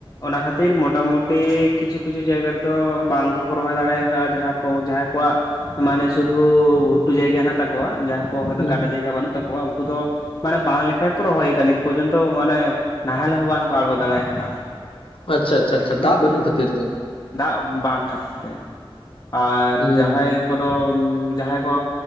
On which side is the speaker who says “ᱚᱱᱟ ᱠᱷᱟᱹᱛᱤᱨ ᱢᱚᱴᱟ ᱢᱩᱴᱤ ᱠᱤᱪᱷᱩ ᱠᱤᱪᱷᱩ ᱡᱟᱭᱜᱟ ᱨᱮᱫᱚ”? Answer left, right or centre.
Left